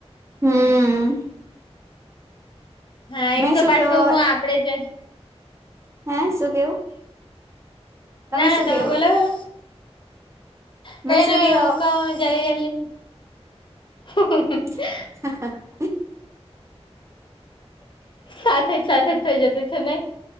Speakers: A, on the right; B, on the left.
A: હમ.
B: હા,
A: મેં
B: એક તો
A: શું
B: પાછું
A: કેવા
B: હું આપડે જઈ.
A: હે શું કેવું?
B: ના, ના,
A: શું
B: તમે
A: કેવું
B: બોલો, ભલો કઈ
A: મેં શું
B: ન,
A: કે
B: હું કેવુ્ જલ્દી જલ્દી. હ <unintelligible>
A: હ, હ. <unintelligible>
B: સાથે જ સાથે જ થઇ જતું છે, નહીં.